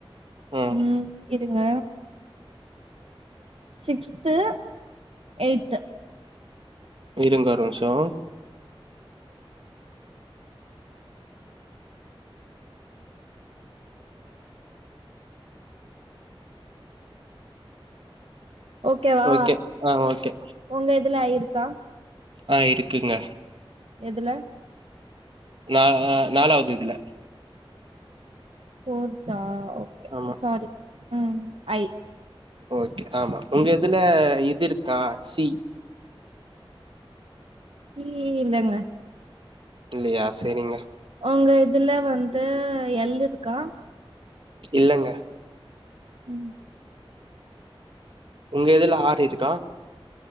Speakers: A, on the right (about 60°); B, on the right (about 80°).
A: ஆ
B: உம் இருங்க சிக்ஸ்த்து எய்த்து
A: இருங்க ஒரு மிஷோ
B: ஓகேவா
A: ஓகே ஆ ஓகே
B: உங்க இதுல ஆயிருக்கா
A: ஆ இரிக்குங்க
B: எதுல
A: நா ஆ நாலாவது இதுல
B: ஃபோர்த்தா ஓகே
A: ஆமா
B: சாரி உம் ஐ
A: ஓகே ஆமா உங்க இதுல இது இருக்கா சி
B: ஈயே இதாங்க
A: இல்லையா சரிங்க
B: உங்க இதுல வந்து யள் இருக்கா
A: இல்லங்க
B: ம்
A: உங்க இதுல ஆர் இருக்கா